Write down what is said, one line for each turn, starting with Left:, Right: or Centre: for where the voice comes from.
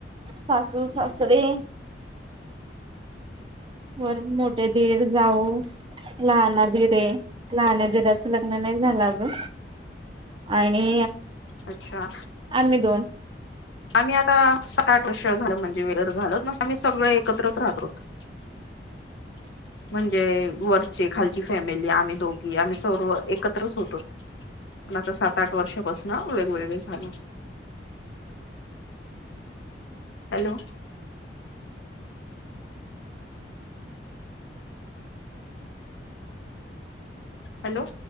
Right: सासू-सासरे वर मोठे धीर-जाऊ लहान दिर ये. लहान्या दीराचं लग्न नाही झालं अजून आणि
Left: अच्छा.
Right: आणि मी दोन
Left: आम्ही आता सात आठ वर्ष झाल म्हणजे वेगळ झालोत, पण आम्ही सगळे एकत्रच राहतो. <inaudible> म्हणजे वरचे, खालची फॅमिली, आम्ही दोघी आम्ही सर्व एकत्रच होतो. आता सात, आठ वर्षापासन वेगवेगळे झालो. Hello hello